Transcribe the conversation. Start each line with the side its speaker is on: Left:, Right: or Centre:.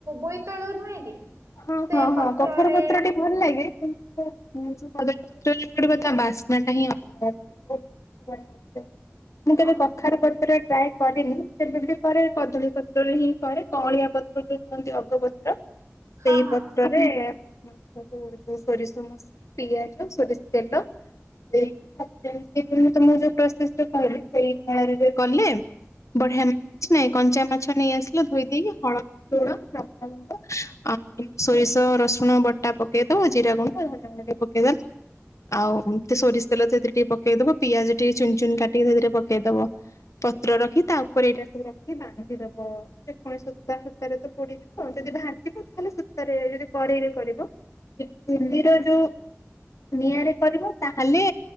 Right: ବୋଇତାଳୁ ନୁହେଁ କି?
Left: ହଁ-ହଁ-ହଁ
Right: ସେ ପତ୍ରରେ
Left: କଖାରୁ ପତ୍ରଟେ ଭଲ ଲାଗେ କିନ୍ତୁ ମୁଁ ଯୋଉ କଦଳୀପତ୍ରରେ ପୋଡିବ ତା ବାସ୍ନାଟା ହିଁ ଅଲଗା ଆସିବ <inaudible> ମୁଁ
Right: ଅ
Left: କେବେ କଖାରୁ ପ ପତ୍ରରେ ଟ୍ରାଏ କରେନି ଯେବେ ବି କରେ କଦଳୀ ପତ୍ରରେ ହିଁ କରେ କଅଁଳିଆ ପତ୍ର ଯୋଉ କୁହନ୍ତି ଅଗପତ୍ର।
Right: ହଁ
Left: ସେଇ ପତ୍ରରେ
Right: ହଁ
Left: <inaudible> ଯୋଉ ସୋରିଷ ମସଲା ପିଆଜ ସୋରିଷ ତେଲ। <inaudible> ଯେମିତି ମୁଁ ତମକୁ ଯୋଉ ପ୍ରସେସ୍ ଟା କହିଲି ସେଇ ପ୍ରଣାଳୀରେ କଲେ ବଢିଆ ‌ <inaudible> ନାଇଁ କଞ୍ଚା ମାଛ ନେଇ ଆସିଲ ଧୋଇ ଦେଇକି ହଳଦୀ, ଲୁଣ, ଲଙ୍କାଗୁଣ୍ଡ ଆଉ ସୋରିଷ ରସୁଣ ବଟା ପକେଇଦବ ଜିରା ଗୁଣ୍ଡ, ଧନିଆ ଗୁଣ୍ଡ ଟିକେ ପକେଇଦଲ। ଆଉ ଏମିତି ସୋରିଷ ତେଲ ସେଥିରେ ଟିକେ ପକେଇଦବ ପିଆଜ ଟିକେ ଚୂନ୍ ଚୁନ୍ କାଟିକି ସେଥିରେ ପକେଇଦବ। ପତ୍ର ରଖି ତା ଉପରେ ଏଇଟା ସବୁ ରଖିକି ବାନ୍ଧିଦବ। ସେ ପୁଣି ସୂତା ସୂତାରେ ତ ପୋଡିଯିବ ଆଉ ଯଦି ଭାଜିବ ତାହେଲେ ସୂତାରେ ଯଦି କଡେଇରେ କରିବ ସେ ଚୁଲିରେ ଯୋଉ ନିଆଁରେ କରିବ ତାହେଲେ